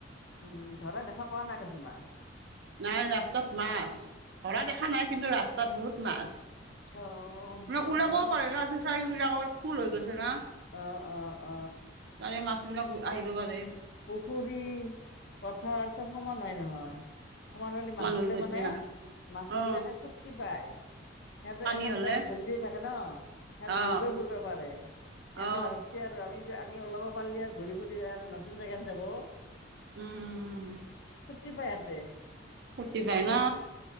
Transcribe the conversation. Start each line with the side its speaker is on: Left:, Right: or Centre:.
Left: উম, ধৰা দেখা পোৱা নাই দেখোন মাছ।
Right: নাই ৰাস্তাত মাছ ধৰা দেখা নাই কিন্তু ৰাস্তাত বহুত মাছ।
Left: অ
Right: না ওলাবও
Left: হ'ব
Right: পাৰে না ফিচাৰীবিলাকত ফুল হৈ গৈছে না।
Left: অ', অ', অ'।
Right: তাৰে মাছবিলাকো আহিব পাৰে।
Left: পুখুৰী পথাৰ চব সমান হয় নহয়। সমান হলি মাছগিলে
Right: হৈ গৈছে
Left: মানে মাছবিলাকে
Right: অ
Left: ফূৰ্তি পায়। সিহঁতে
Right: পানী
Left: এখন
Right: হলে
Left: জেগাত বন্দি হৈ থাকে ন, সিহঁত
Right: অ
Left: ঘুৰব ফুৰব পাৰে। সিহঁতে
Right: অ
Left: ভাবছি আৰু আমি আমি ওলাব পাৰিলে আৰু ঘূৰি ফুৰি আৰু নতুন জেগাত যাব।
Right: উম, উম, উম।
Left: ফূৰ্তি পায় ইহঁতে।
Right: ফূৰ্তি পাই না